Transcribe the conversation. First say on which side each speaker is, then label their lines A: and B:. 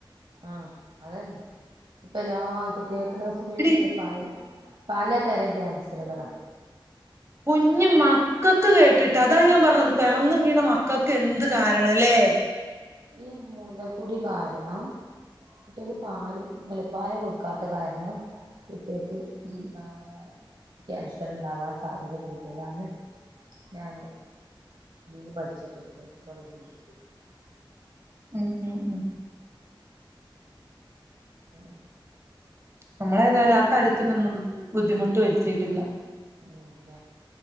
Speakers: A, on the right (about 70°); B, on the right (about 35°).
A: ആഹ് അതെന്നെ ഇപ്പ എല്ലാർക്കും കേക്ക്ണെ ഫുള്ള്
B: എടി
A: പൽ പലതര ക്യാൻസറുകളാ
B: കുഞ്മ ക്കക്ക് കേട്ടിട്ട് അതാ ഞാൻ പറഞ്ഞത് പെറന്ന് വീണ മക്കക്ക് എന്ത് കാരണംല്ലേ
A: ഈ മുലകുടി കാരണം കുട്ട്യേക്ക് പാല് മുലപ്പാൽ കൊടുക്കാത്ത കാരണം കുട്ട്യേക്ക്
B: ഉം
A: ആഹ് ക്യാൻഷർ ഇണ്ടാവാൻ സാധ്യത കൂടുതലാന്ന് ഞാന് തീല് പഠിച്ചിട്ടുണ്ട് സൈക്കോളജീല്.
B: ഉം ഉം ഉം
A: ഉം
B: നമ്മളേതായാലും ആ കാര്യത്തിനൊന്നും ബുദ്ധിമുട്ട് വരുത്തിയിട്ടില്ല.
A: ഇല്ല